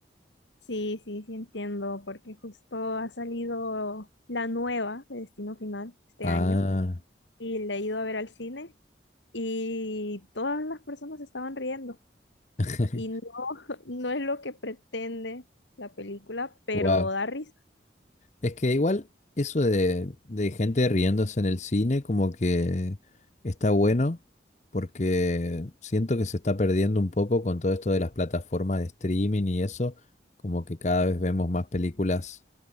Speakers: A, on the left; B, on the left.
A: Sí, sí, sí entiendo, porque justo ha salido la nueva de Destino Final este
B: Ah,
A: año y la he ido a ver al cine y todas las personas estaban riendo.
B: <laughs>
A: y no, <laughs> no es lo que pretende la película, pero
B: wow.
A: da risa.
B: Es que igual eso de, de gente riéndose en el cine como que está bueno porque siento que se está perdiendo un poco con todo esto de las plataformas de streaming y eso, como que cada vez vemos más películas